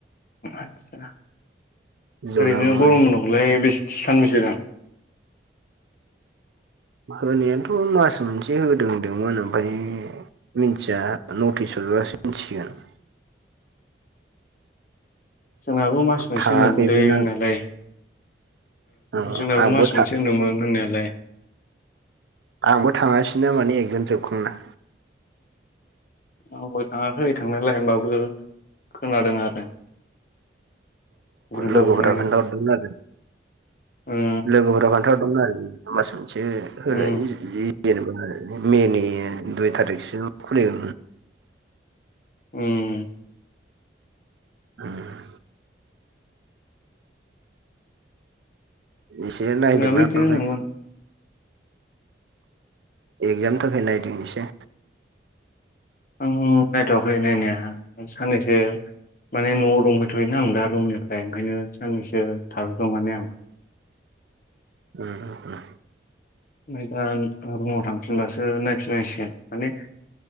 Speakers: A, on the left; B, on the right.
A: आदसा
B: जोंनाबो
A: ओरैनो
B: माने
A: गरम बनद'खौलाय बेसे सानबेसे होदों
B: होनायानथ' मास मोनसे होदों होनदोंमोन ओमफ्रायो मिनथिया नटिस हरोबासो मिथिसिगोन
A: जोंनाबो मास मोनसे
B: थाङाखैमोन
A: होनदोंमोनलै होननायालाय
B: आं औ
A: जोंनाबो
B: आंबो
A: मास मोनसे होनदोंमोन होननायालाय
B: आंबो थाङासिैना माने एगजाम जोबखांना
A: आंबो थाङाखै थांनायलाय होमबाबो खोनादों आरो। ग्रुपाव
B: लोगोफोरा
A: हरनायनियाव
B: खोन्थाहरदोंमोन आरो
A: उम
B: लोगोफोरा खोनथाहरदोंमोन। आरो मास मोनसे होनायनि
A: उम
B: जि जेनेबा मेनि दुइ थारिखसो खुलिग
A: उम
B: <unintelligible> इसोरो नायदोंना
A: जोंनाबो बिदिनो
B: ओमफ्राय
A: होनदोंमोन
B: एक्जामनि थाखाय नायदों एसे
A: आं नायथ'वाखै नायनाया साननैसो माने न'आव दंफैथ'योना आं दा रुमनिफ्राय ओंखायनो साननैसो थाहैदों माने आं
B: <inaudible>
A: ओमफ्राय दा रुमाव थांफिनबासो नायफिननांसिगोन। माने